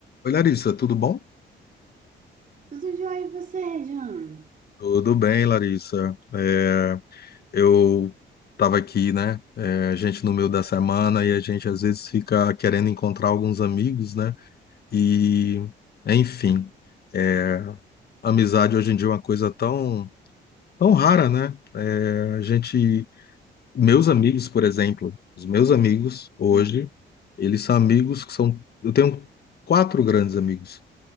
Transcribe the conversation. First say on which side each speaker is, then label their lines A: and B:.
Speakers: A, on the left (about 55°); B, on the right (about 40°).
A: Oi, Larissa, tudo bom?
B: Tudo jóia e você, Jean?
A: Tudo bem, Larissa. É, eu estava aqui, né? É, a gente no meio da semana e a gente às vezes fica querendo encontrar alguns amigos, né? E, enfim, é, amizade hoje em dia é uma coisa tão, tão rara, né? É, a gente, meus amigos, por exemplo, os meus amigos hoje,
B: Hum.
A: eles são amigos que são. Eu tenho quatro grandes amigos,